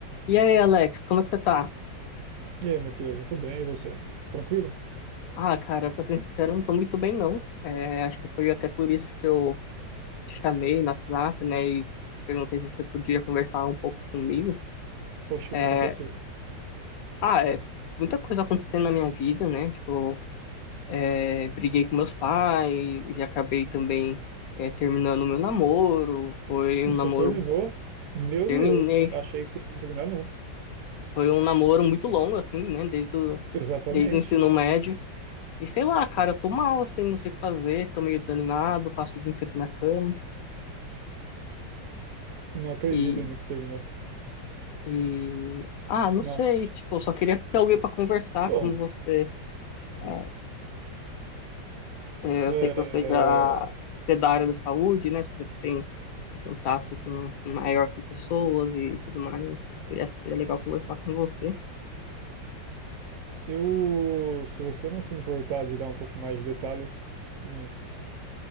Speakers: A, on the left; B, on the right.
A: E aí, Alex, como é que você tá?
B: E aí, Matheus, eu tô bem, e você? Tranquilo?
A: Ah, cara, pra ser sincero, eu não tô muito bem, não. É, acho que foi até por isso que eu te chamei no WhatsApp, né, e perguntei se você podia conversar um pouco comigo.
B: Poxa, o que
A: É,
B: que aconteceu?
A: ah, é muita coisa acontecendo na minha vida, né, tipo, é, briguei com meus pais e acabei também é, terminando meu namoro. Foi
B: Você
A: um namoro,
B: terminou? Meu
A: terminei,
B: Deus, achei que vocês não terminar nunca.
A: foi um namoro muito longo, assim, né, desde o,
B: Exatamente.
A: desde o ensino médio. E sei lá, cara, eu tô mal, assim, não sei o que fazer, tô meio desanimado, passo o dia inteiro na cama
B: Não acredito
A: e,
B: ainda que você terminou.
A: e... Ah, não
B: Nossa.
A: sei, tipo, eu só queria ter alguém pra conversar
B: Bom,
A: como você. É, é,
B: é,
A: eu sei que você já você é da área da saúde, né? Você já tem contato com, maior com pessoas e tudo mais. Eu acho que seria legal conversar com você.
B: eu, se você não se importar de dar um pouco mais de detalhes, hum,